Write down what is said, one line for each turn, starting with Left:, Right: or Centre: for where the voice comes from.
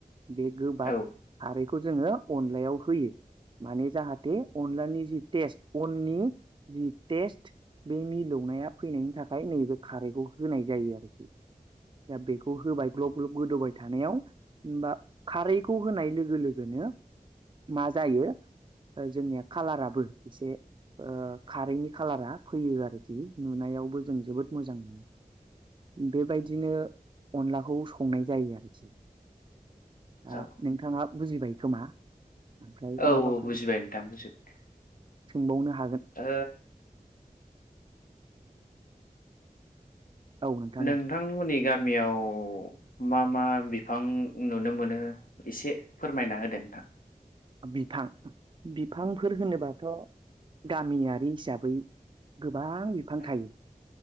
Right: बे गोबाब
Left: औ
Right: खारैखौ जोङो अनलायाव होयो माने जाहाथे दे अनलानि जि टेस्ट अननि जि टेस्ट बे मिलौनाया फैनायनि थाखाय थाखाय नैबे खारैखौ होनाय जायो आरोखि। दा बेखौ होबाय ग्लब ग्लब गोदौबाय थानायाव हबा खारैखौ होनाय लोगो लोगोनो मा जायो जोंनिया खालाराबो एसे ओ खारैनि खालारा फैयो आरोखि, नुनायावबो जों जोबोद मोजां मोनो। बेबायदिनो अनलाखौ संनाय जायो आरोखि। दा
Left: औ
Right: नोंथाङा बुजिबाय खोमा? ओमफ्राय
Left: औ
Right: माबाफोर
Left: बुजिबाय नोंथां बुजिबाय
Right: सोंबावनो हागोन
Left: ओ
Right: औ नोंथां
Left: नोंथांमोननि
Right: औ
Left: गामियाव मा मा बिफां नुनो मोनो एसे फोरमायना होदो नोंथां
Right: बिफां बिफांफोर होनोबाथ' गामियारि हिसाबै गोबां बिफां
Left: नोंथां
Right: थायो।